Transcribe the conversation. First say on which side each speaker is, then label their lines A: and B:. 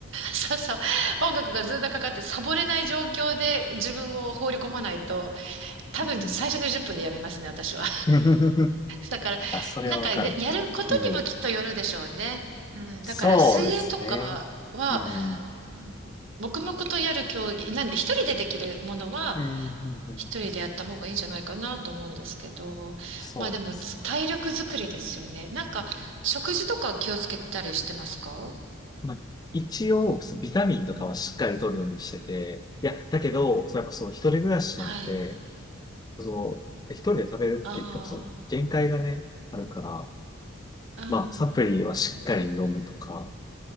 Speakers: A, on the right; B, on the left.
A: そうそう、音楽がずっとかかってサボれない状況で自分を放り込まないと、多分最初の10分でやめますね、
B: うん。
A: 私は。
B: <laughs>
A: だから、
B: あ、それはわかる。
A: なんかや、やることにもきっとよるでしょうね。
B: うん。
A: うん、
B: そうですね。
A: だから、水泳とかは、
B: うん。
A: うん黙々とやる競技、なんで、一人でできるものは、
B: うん。うんうん
A: 一人でやった方がいいんじゃないかなと思うんですけど、
B: そうです。
A: まあでも、つ体力づくりですよね。なんか、食事とか気をつけたりしてますか
B: まあ、一応、そうビタミンとかはしっかり取るようにしてて、いや、だけど、そうやっぱそう、一人暮らしなんで、
A: はい。
B: そう、一人で食べるって言っても、
A: あ
B: そう、限界がね、あるから、
A: あ、うん。
B: まあ、サプリはしっかり飲むとか、